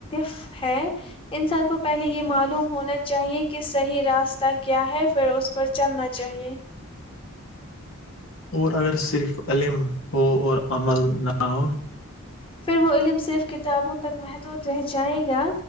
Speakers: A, on the left; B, on the left.
A: ف ہے انسان کو پہلے یہ معلوم ہونا چاہیے کہ صحیح راستہ کیا ہے پھر اس پر چلنا چاہیے
B: اور اگر صرف علم ہو اور عمل نہ ہو
A: پھر وہ علم صرف کتابوں تک محدود رہ جائے گا